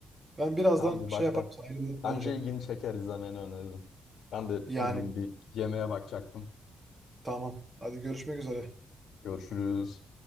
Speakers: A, on the right (about 15°); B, on the left (about 70°).
A: Ben birazdan
B: Tamam bir
A: şey
B: bak
A: yaparım
B: bak.
A: sana yine
B: Bence
A: döneceğim.
B: ilgini çeker izlemeni öneririm. Ben de
A: Yani
B: gideyim bir yemeğe bakacaktım.
A: tamam hadi görüşmek üzere.
B: Görüşürüz.